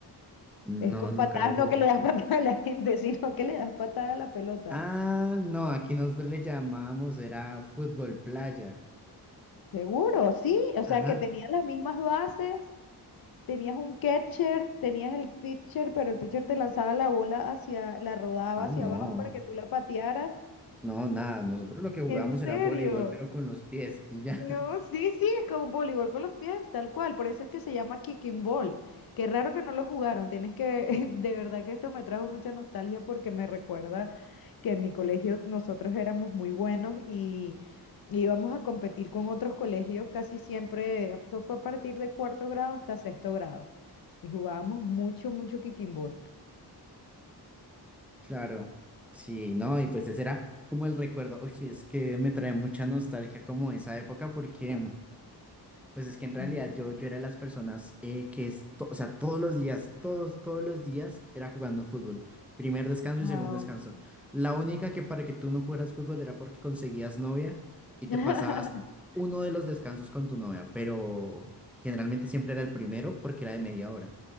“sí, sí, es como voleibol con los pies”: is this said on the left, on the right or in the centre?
Left